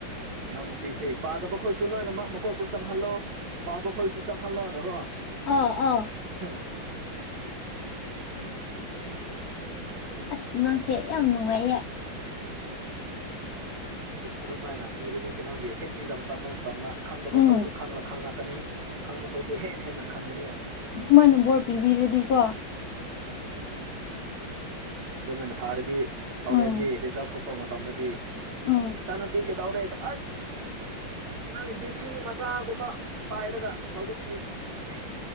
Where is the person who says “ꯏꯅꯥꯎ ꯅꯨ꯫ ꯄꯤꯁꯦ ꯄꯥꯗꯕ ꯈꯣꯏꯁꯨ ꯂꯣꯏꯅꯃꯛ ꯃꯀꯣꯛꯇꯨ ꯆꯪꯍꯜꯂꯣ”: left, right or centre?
Right